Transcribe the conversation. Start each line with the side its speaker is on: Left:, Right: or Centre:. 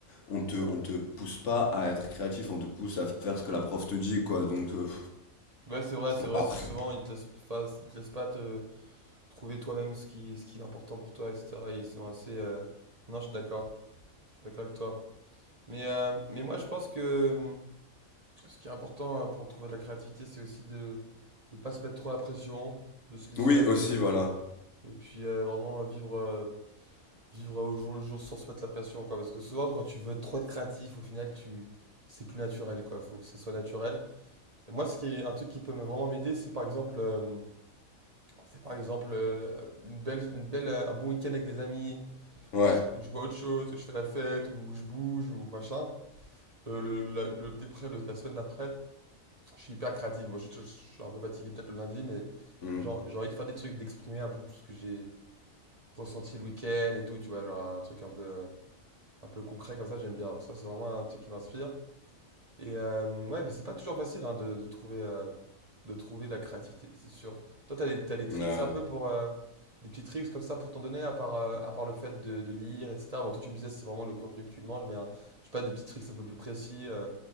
Left: On te, on te pousse pas à être créatif, on te pousse à faire ce que la prof te dit, quoi. Donc, euh,
Right: Ouais, c'est vrai, c'est vrai,
Left: bon, après.
Right: c'est souvent ils te laissent, enfin, ils te laissent pas te trouver toi-même ce qui ce qui est important pour toi, etc. Ils sont assez euh, Non, je suis d'accord. Je suis d'accord avec toi. Mais euh, mais moi je pense que hum, ce qui est important euh, pour trouver de la créativité, c'est aussi de de pas se mettre trop la pression, de se laisser
Left: Oui,
Right: aller
Left: aussi, voilà.
Right: et puis euh, vraiment vivre euh, vivre au jour le jour sans se mettre la pression, quoi. Parce que souvent, quand tu veux trop être créatif, au final, tu c'est plus naturel, quoi. Faut que ce soit naturel. Et moi, ce qui est un truc qui peut me vraiment m'aider, c'est par exemple, euh, c'est par exemple euh, une belle, une belle, euh, un bon week-end avec des amis,
Left: Ouais.
Right: où je, où je vois autre chose, où je fais la fête, où je bouge, ou machin. Le, le, la, le- d'après, le- la semaine d'après, je suis hyper créatif. Bon, je, je- je suis un peu fatigué peut-être le lundi, mais
Left: Mm.
Right: genre, j'ai envie de faire des trucs, d'exprimer un peu tout ce que j'ai ressenti le week-end et tout, tu vois, genre un truc un peu euh, un peu concret comme ça, j'aime bien. Ça, c'est vraiment un truc qui m'inspire. Et euh, ouais, mais c'est pas toujours facile hein, de, de trouver, euh, de trouver de la créativité, c'est sûr. Toi, t'as des, t'as des tricks
Left: Ouais.
Right: un peu pour... euh, des petits tricks comme ça pour t'en donner, à part, euh, à part le fait de, de lire, etc. Bon, toi, tu me disais, c'est vraiment le contenu que tu manges, mais hein, je sais pas, des petits tricks un peu plus précis, euh,